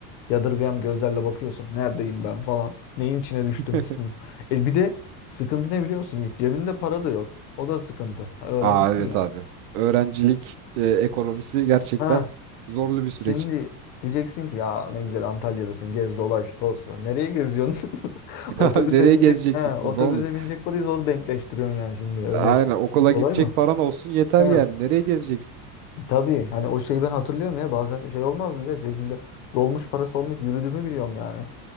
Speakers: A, on the left; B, on the right.
A: yadırgayan gözlerle bakıyorsun. Neredeyim ben falan. Neyin içine düştüm.
B: <laughs>
A: <laughs> E bir de sıkıntı ne biliyor musun Yiğit? Cebinde para da yok. O da sıkıntı. Öğrencisin
B: Aa evet
A: ya.
B: abi. Öğrencilik e, ekonomisi gerçekten
A: Ha
B: zorlu bir süreç.
A: Şimdi diyeceksin ki ya ne güzel Antalya'dasın gez dolaş toz. Nereye geziyorsun? <laughs>
B: <laughs>
A: Otobüse
B: Abi nereye
A: binecek.
B: gezeceksin
A: He,
B: kurban
A: otobüse
B: olayım?
A: binecek parayı zor denkleştiriyorsun yani şimdi öyle.
B: Aynen okula
A: Kolay
B: gidecek
A: mı?
B: paran olsun yeter
A: He,
B: yani. Nereye gezeceksin?
A: tabii hani o şeyi ben hatırlıyorum ya bazen şey olmazdı ya cebimde dolmuş parası olmayıp yürüdüğümü biliyorum yani.